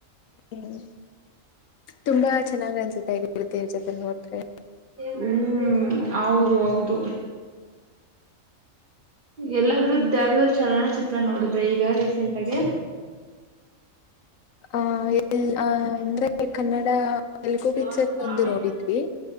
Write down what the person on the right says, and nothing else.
ಹ್ಮ್ ಹೌದು ಹೌದು ಎಲ್ಲಾದ್ರೂದ ಯ ಚಲನಚಿತ್ರ ನೋಡುದ್ರೆ ಈಗ ರೀಸೆಂಟ್ ಆಗಿ
ಅದು
ಆಮೇಲೆ